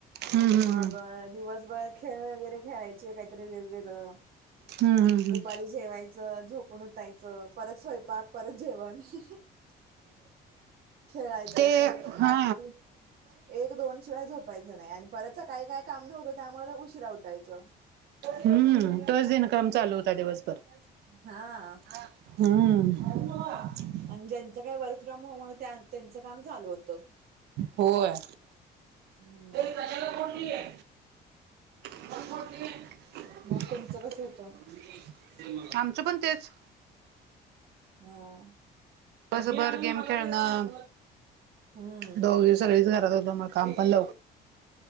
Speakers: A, on the right; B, on the right.
A: हम्म
B: मग दिवसभर खेळ वगैरे खेळायचे काहीतरी वेगवेगळं.
A: हम्म हम्म हम्म हम्म
B: दुपारी जेवायचं, झोपून उठायचं, परत स्वयंपाक परत जेवण हीहीही. खेळायचं
A: ते
B: परत
A: हा
B: रात्री एक दोन शिवाय झोपायच नाही आणि परत सकाळी काय काम नव्हतं त्यामुळे उशीरा उठ उठायचं.
A: हम्म तोच दिनक्रम चालू होता दिवसभर.
B: हा.
A: हम्म.
B: आणि ज्यांचं काय वर्क फ्रॉम होम हो त्यांचं काम चालू होतं.
A: होय.
B: हम्म.
A: त्याला कोठली आहे. <unintelligible>
B: मग तुमचं कसं होतं
A: आमचं पण तेच.
B: हा.
A: दिवसभर गेम खेळणं,
B: हम्म
A: दोघ सगळीच घरात होत मग काम पण लव